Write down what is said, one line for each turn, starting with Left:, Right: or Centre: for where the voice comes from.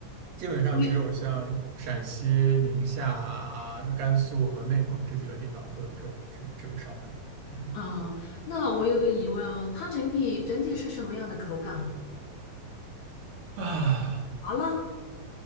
Right: 基本上只有像陕西、
Left: 我有
Right: 宁夏啊、那甘肃和内蒙这几个地方会有这种这这个烧麦。嗯。
Left: 啊，那我有个疑问哦，它整体整体是什么样的口感啊？
Right: <sighs> 啊。
Left: 麻辣